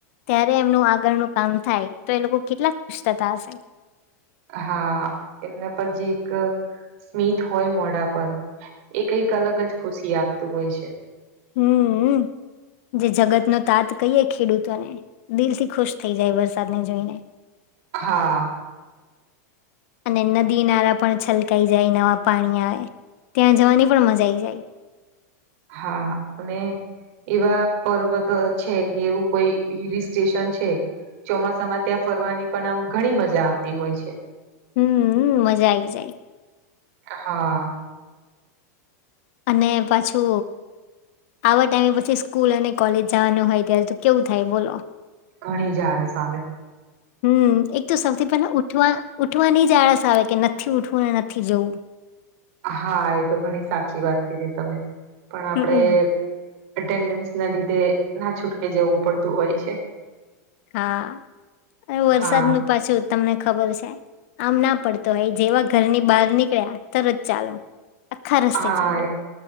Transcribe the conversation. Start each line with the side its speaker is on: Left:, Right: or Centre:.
Left: ત્યારે એમનું આગળનું કામ થાય તો એ લોકો કેટલા ખુશ થતા હશે.
Right: હા એ પર જે એક સ્મીિત હોય મોડા પર એ કંઈક અલગ જ ખુશી આપતું હોય છે.
Left: હમમ જે જગત નો તાત કહીએ ખેડૂતોને દિલ થી ખુશ થઈ જાય વરસાદને જોઈને.
Right: હા
Left: અને નદીનારા પણ છલકાઈ જાય નવા પાણી આવે ત્યાં જવાની પણ મજા આવી જાય.
Right: હા અને એવા પર્વત છે કે એવું કોઈ હિલ સ્ટેશન છે. ચોમાસામાં ત્યાં ફરવાની પણ આમ ઘણી મજા આવતી હોય છે.
Left: હમ મજા આ આવી જાય.
Right: હા
Left: અને પાછુ. આવા ટાઈમે પછી સ્કૂલ અને કોલેજ જવાનું હોય ત્યારે તો કેવું થાય બોલો
Right: ઘણી જાર સ આવે
Left: હમ એક તો સૌથી પહેલા ઉઠવા ઉઠવાની જ આળસ આવે કે નથી ઉઠવું ને નથી જવુ.
Right: હા એ તો ઘણી સાચી વાત કીધી તમે પણ આપણેે
Left: હમ્મ.
Right: અટેન્ડન્સ ના લીધે ના છૂટકે જવું પડતું હોય છે.
Left: હા વરસાદ
Right: હા
Left: નું પાછું તમને ખબર છે. આમ ના પડતો હાઈ જેવા ઘરની બહાર નીકળ્યા તરત ચાલો આખા રસ્તે
Right: હા
Left: ચાલો.